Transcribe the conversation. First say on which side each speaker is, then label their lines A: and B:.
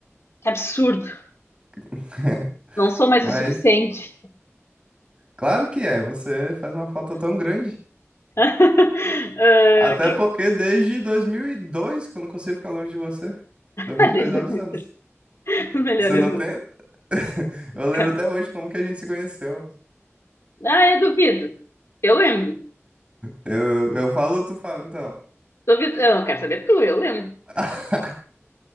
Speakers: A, on the left (about 65°); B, on the right (about 25°).
A: Que absurdo.
B: <laughs>
A: Não sou mais
B: Mas,
A: o suficiente.
B: claro que é, você faz uma falta tão grande.
A: <laughs> Ah,
B: Até
A: quem...
B: porque desde 2002 que eu não consigo ficar longe de você. 2002,
A: Ah, desde
B: olha os
A: <laughs>
B: anos.
A: Os melhores
B: Você não
A: do.
B: tem? <laughs> Eu lembro
A: Cara.
B: até hoje como que a gente se conheceu.
A: Ah, eu duvido. Eu lembro.
B: Eu, eu falo, tu fala, então.
A: Duvido. Eu não quero saber tu, eu lembro.
B: <laughs>